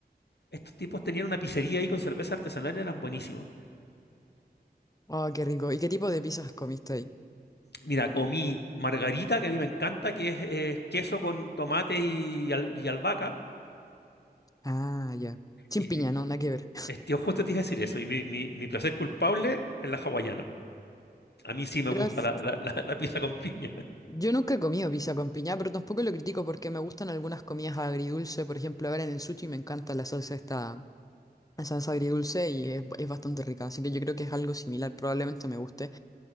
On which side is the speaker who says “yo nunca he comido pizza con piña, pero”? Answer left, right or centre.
Left